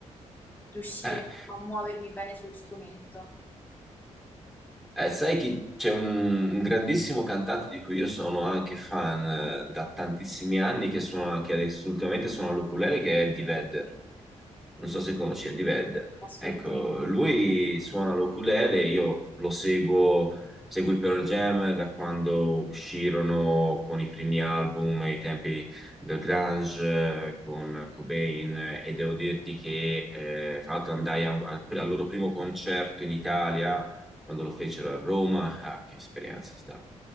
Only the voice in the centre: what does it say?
eh,
Eh, sai che c'è un, un grandissimo cantante di cui io sono anche fan eh, da tantissimi anni, che, suona, che adesso ultimamente suona l'ukulele, che è Eddie Vedder. Non so se conosci Eddie Vedder.
Ecco, lui suona l'ukulele, io lo seguo, seguo i Pearl Jam da quando uscirono con i primi album, ai tempi del grunge, eh, con Cobain, eh, e devo dirti che eh, tra l'altro andai a un- al al loro primo concerto in Italia quando lo fecero a Roma, ah, che esperienza è stata.